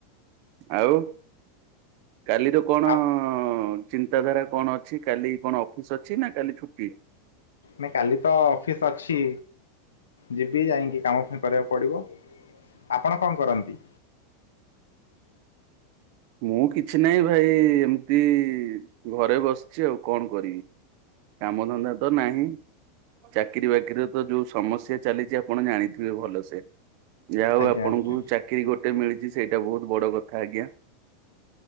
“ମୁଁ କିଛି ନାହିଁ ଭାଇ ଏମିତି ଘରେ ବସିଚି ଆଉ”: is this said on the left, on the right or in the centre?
Right